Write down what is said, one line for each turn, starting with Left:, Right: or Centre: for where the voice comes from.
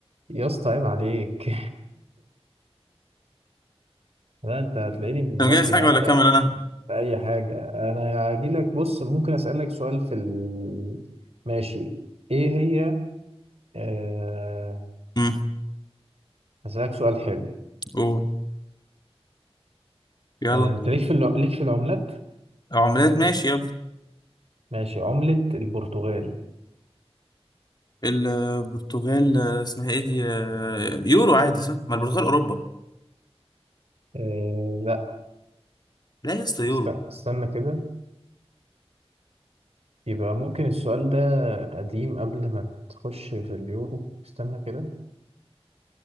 Right: يا اسطى عيب عليك <laughs> لا انت هتلاقيني مودي
Left: انت مجهز حاجة
Right: معاك
Left: ولا
Right: في
Left: اكمل انا
Right: في اي حاجة انا هجيلك بص ممكن اسألك سؤال في ال... ماشي ايه هي آه،
Left: امم
Right: هسألك سؤال حلو
Left: قول يلا
Right: آه، انت ليك في الع- ليك في العملات
Left: عملات ماشي يلا
Right: ماشي عملة البرتغال
Left: البرتغال آه، اسمها ايه دي آه، يورو عادي صح ما البرتغال اوروبا
Right: أه لا
Left: لا يا اسطى يورو
Right: است- استنى كده يبقى ممكن السؤال ده قديم قبل ما تخش في اليورو استنى كده